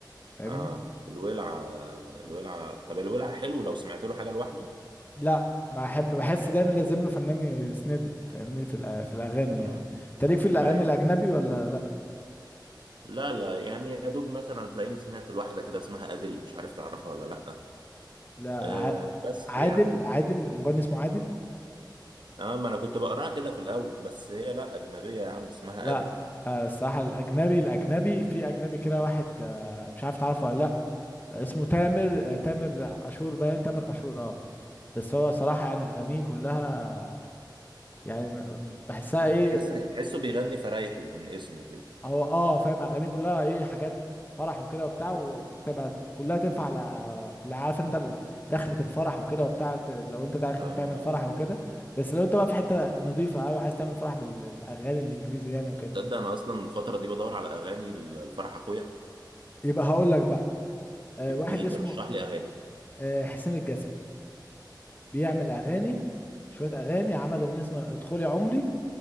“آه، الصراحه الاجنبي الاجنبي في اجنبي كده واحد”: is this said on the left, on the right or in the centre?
Left